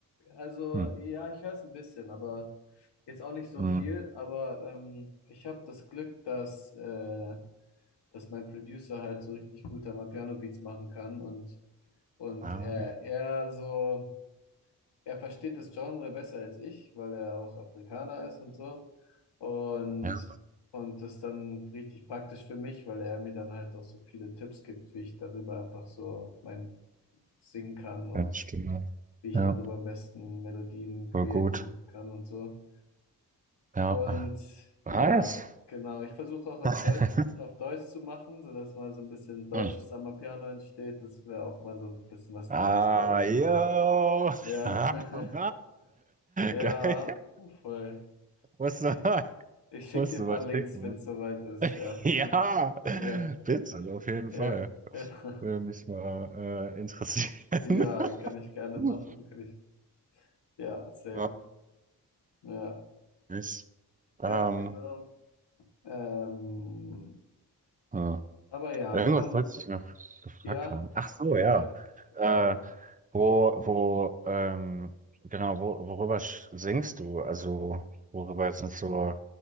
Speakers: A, on the left; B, on the right.
A: also
B: Hm.
A: ja, ich höre es ein bisschen, aber jetzt auch nicht so
B: Hm.
A: viel. Aber ähm, ich habe das Glück, dass, äh, dass mein Producer halt so richtig gut am Piano Beats machen kann und, und
B: Ja,
A: er, er so. er versteht das Genre besser als ich, weil er auch Afrikaner ist und so. Und,
B: ja,
A: und das dann richtig praktisch für mich, weil er mir dann halt auch so viele Tipps gibt, wie ich darüber einfach so mein singen kann und
B: ja, Stimme.
A: wie ich
B: Ja,
A: darüber am besten Melodien createn
B: voll gut.
A: kann und so.
B: Ja.
A: Und ja,
B: Nice.
A: genau, ich versuche auch auf
B: <laughs>
A: Deutsch, auf Deutsch zu machen, sodass mal so ein bisschen deutsches
B: Hm.
A: Piano entsteht. Das wäre auch mal so ein bisschen was
B: Ah,
A: Neues, glaube ich,
B: yo.
A: für,
B: <laughs>
A: ja, <laughs> ja,
B: Geil.
A: voll.
B: Musst du,
A: Ich, ich schicke
B: musst
A: dir
B: du
A: ein paar
B: mal schicken.
A: Links, wenn es soweit ist. Ja,
B: Ja,
A: ja,
B: bitte, auf jeden
A: ja,
B: Fall.
A: ja,
B: Würde mich mal äh, interessieren.
A: <laughs> ja,
B: <laughs>
A: kann ich gerne
B: Uh,
A: machen. Kann ich, ja, safe.
B: Ja,
A: Ja,
B: nicht. Ähm,
A: ja, genau. Ähm,
B: ja.
A: aber ja,
B: Irgendwas
A: wenn man,
B: wollte ich noch gefragt
A: ja,
B: haben. Ach so,
A: ja,
B: ja.
A: ja, f-
B: Äh,
A: frag mich.
B: wo, wo, ähm, genau, wo, worüber sch- singst du? Also, worüber sind so